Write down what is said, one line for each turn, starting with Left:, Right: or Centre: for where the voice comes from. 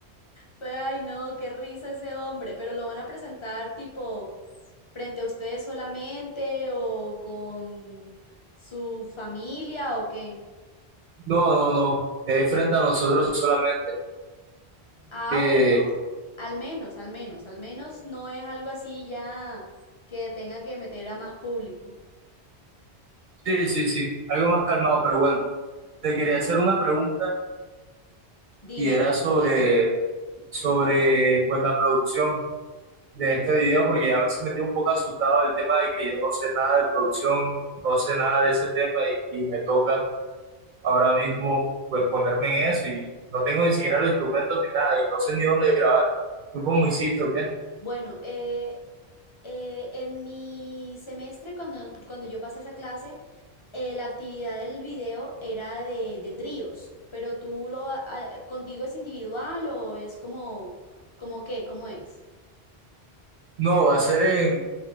Left: Pues, ay, no, qué risa ese hombre, pero lo van a presentar tipo frente a ustedes solamente o con su familia o qué.
Right: No, no, no, es frente a nosotros solamente.
Left: Ah,
Right: Eh,
Left: bueno. Al menos, al menos, al menos no es algo así ya que tenga que meter a más público.
Right: sí, sí, sí, algo más calmado, pero bueno, te quería hacer una pregunta
Left: Dime.
Right: y era sobre, sobre pues la producción de este video, porque ya me metí un poco asustado del tema de que yo no sé nada de producción, no sé nada de ese tema y, y me toca ahora mismo, pues ponerme en eso y no tengo ni siquiera los instrumentos ni nada y no sé ni dónde grabar. ¿Tú cómo hiciste o qué?
Left: Bueno, eh, eh, en mi semestre, cuando, cuando yo pasé esa clase, eh, la actividad del video era de, de tríos, pero tú lo, ha- ha- contigo es individual o es como, como qué, cómo es?
Right: No, va a ser en,